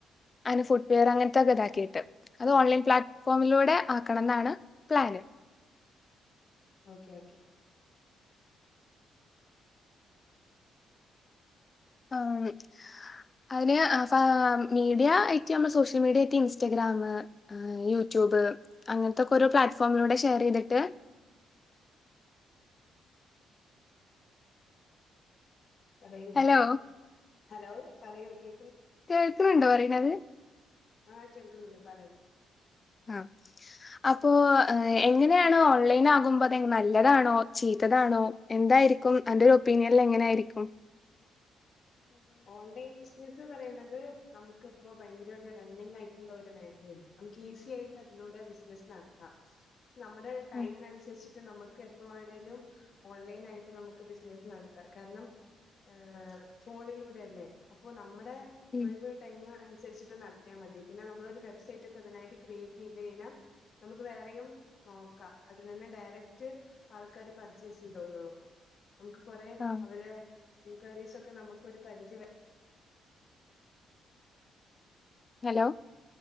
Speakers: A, on the left (about 30°); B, on the left (about 50°).
A: അതിന് ഫുട് വെയർ അങ്ങനത്തെൊക്കെ ഇതാക്കിയിട്ട് അത് ഓൺലൈൻ പ്ലാറ്റ്ഫോമിലൂടെ. ണം എന്നാണ് പ്ലാന്.
B: ഓക്കെ ഓക്കെ
A: ആഹ് അതിന് സ മീഡിയ ഐറ്റ് നമ്മ സോഷ്യൽ മീഡിയ റ്റ് ഇൻസ്റ്റാഗ്രാം. ആഹ് യൂട്യൂബ് അങ്ങനത്തൊക്കെ ഓരോ പ്ലാറ്റ്ഫോമിലൂടെ ഷെയർ ചെയ്തിട്ട്.
B: പറയൂ
A: ഹലോ
B: ഹലോ പറയൂ കേ
A: കേൾക്കുന്നുണ്ടോ പറയുന്നത്.
B: ആഹ് കേൾക്കുന്നുണ്ട് പറിം.
A: ആഹ് അപ്പോൊ എങ്ങനെയാണ് ഓൺലൈൻ ആകുമ്പോ അതെ നല്ലതാണോ ചീത്തതാണോ എന്തായിരിക്കും ആൻ്റെ ഒപ്പീനിയനൽ എങ്ങനൊയിരിക്കും
B: ഓൺലൈൻ ബിസിനസ് പറയണുന്നത് നമുക്കിപ്പോ ഭയങ്കര ഒരു റണ്ണിങ് ആയിട്ടുള്ള ഒരു മേഖലയാണ് നമുക്ക് ഈസി ആയിട്ട് അതിലൂടെ ബിസിനസ്സ് നടത്താം നമ്മുടെ ടൈമിനനുസരിച്ചിട്ട്
A: ആഹ്
B: നമുക്ക് എപ്പോം ആണേലും ഓൺലൈൻ ആയിട്ട് നമുക്ക് ബിസിനസ് നടത്താം കാരണം ആ ഫോണിലൂടെയല്ലേ അപ്പൊ നമ്മുടെ
A: ഉം
B: ഒഴിവ് ടൈം അനുസരിച്ചി നടത്തിയാൽ മതി പിന്നെ നമ്മള ഒരു വെബ്സൈറ്റ് ഒക്കെ ഇതിനായിട്ട് ക്രിയേറ്റ് ചെയ്ത് കഴിഞ്ഞാൽ നമുക്ക് വേറെയും നോക്കാം അതിൽ തന്നെ ഡയറക്റ്റ് ആൾക്കാര് പർച്ചേസ് ചെയ്തോന്നള്ളൂ നമുക്ക് കൊറെേ
A: ആഹ്
B: അവര് എൻക്വയരീസ് ഒക്കെ നമുക്ക് ഒരു പരിധി വരെ
A: ഹലോ